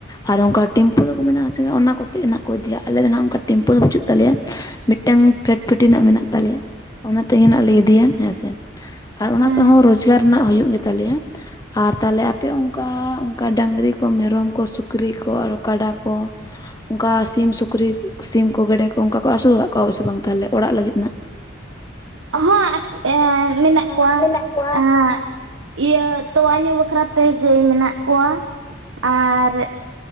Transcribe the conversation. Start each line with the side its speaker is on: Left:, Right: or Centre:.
Left: ᱟᱨ ᱚᱱᱠᱟ ᱴᱮᱢᱯᱩ ᱫᱚᱠᱚ ᱢᱮᱱᱟᱜ ᱟᱥᱮ ᱚᱱᱟ ᱠᱚᱛᱮ ᱱᱟᱜ ᱠᱚ ᱤᱫᱤᱭᱟ ᱟᱞᱮ ᱫᱚ ᱱᱟᱜ ᱚᱱᱠᱟ ᱴᱮᱢᱯᱩ ᱫᱚ ᱵᱟᱹᱪᱩᱜ ᱛᱟᱞᱮᱭᱟ ᱢᱤᱫᱴᱮᱱ ᱯᱷᱮᱴ ᱯᱷᱮᱴᱤ ᱨᱮᱱᱟᱜ ᱢᱮᱱᱟᱜ ᱛᱟᱞᱮᱭᱟ ᱚᱱᱟ ᱛᱮᱜᱮ ᱱᱟᱜ ᱞᱮ ᱤᱫᱤᱭᱟ ᱦᱮᱸ ᱥᱮ, ᱟᱨ ᱚᱱᱟ
Right: ᱦᱮᱸ
Left: ᱛᱮᱦᱚᱸ ᱨᱳᱡᱽᱜᱟᱨ ᱨᱮᱱᱟᱜ ᱦᱩᱭᱩᱜ ᱜᱮᱛᱟᱞᱮᱭᱟ ᱟᱨ ᱛᱟᱦᱞᱮ ᱟᱯᱮ ᱚᱱᱠᱟ ᱚᱱᱠᱟ ᱰᱟᱹᱝᱨᱤ ᱠᱚ ᱢᱮᱨᱚᱢ ᱠᱚ ᱥᱩᱠᱨᱤ ᱠᱚ ᱟᱨᱚ ᱠᱟᱰᱟ ᱠᱚ ᱚᱱᱠᱟ ᱥᱤᱢ ᱥᱩᱠᱨᱤ ᱥᱤᱢ ᱠᱚ ᱜᱮᱰᱮ ᱠᱚ ᱚᱱᱠᱟ ᱠᱚ ᱟᱹᱥᱩᱞ ᱠᱟᱫ ᱠᱚᱣᱟ ᱥᱮ ᱵᱟᱝ ᱛᱟᱦᱚᱞᱮ ᱚᱲᱟᱜ ᱞᱟᱹᱜᱤᱫ ᱱᱟᱜ,
Right: ᱦᱚᱸ ᱮᱸ ᱢᱮᱱᱟᱜ
Left: ᱦᱮᱸ
Right: ᱠᱚᱣᱟ
Left: ᱢᱮᱱᱟᱜ ᱠᱚᱣᱟ
Right: ᱮᱸ ᱤᱭᱟᱹ ᱛᱳᱣᱟ ᱧᱩ ᱵᱟᱠᱷᱨᱟ ᱛᱮ ᱜᱟᱹᱭ ᱢᱮᱱᱟᱜ ᱠᱚᱣᱟ ᱟᱨ